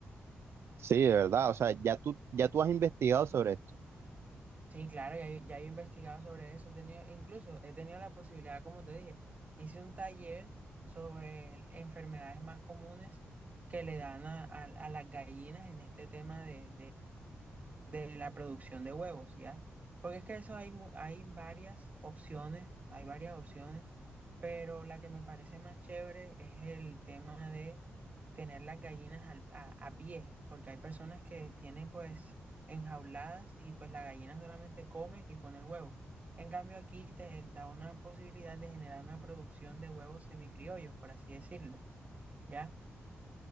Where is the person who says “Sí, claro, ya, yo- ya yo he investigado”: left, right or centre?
Right